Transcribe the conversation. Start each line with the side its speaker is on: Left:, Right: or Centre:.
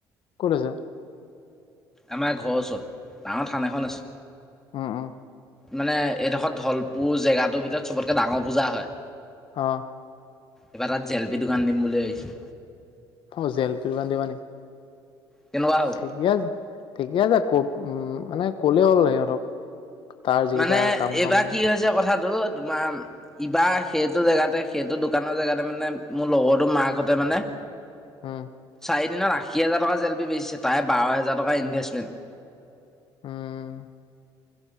Left: কত আছে।
Centre: আমাৰ ঘৰৰ ওচৰত ডাঙৰ থান এখন আছে,
Left: উম উম!
Centre: মানে? এই <unintelligible> ধলপুৰ জেগাত ৰ ভিতৰত চবতকে ডাঙৰ পূজা হয়।
Left: অ!
Centre: এইবাৰ তাত জেলপি দোকান দিম বুলি ভাবিছোঁ।
Left: ত জেলপি দোকান দিবা নেকি?
Centre: কেনেকুৱা হ'ব?
Left: ঠিকেই আছে ঠিকেই আছে ক'। উম মানে কলে হ'ল সিহঁতক তাৰ যিকেইটা
Centre: মানে
Left: কাম
Centre: এইবাৰ
Left: কৰা মানুহ
Centre: কি হৈছে কথা। -টো তোমাৰ ইবাৰ সেইটো জেগাতে সেইটো দোকানৰ জেগাতে মানে মোৰ লগৰটো মাকহঁতে মানে
Left: উম!
Centre: চাৰি দিনত আশী হাজাৰ টকা জ এেল বি বেচিছে। তাই বাৰ হোজাৰ টকাৰ ইনভেষ্টমেণ্ট।
Left: উম'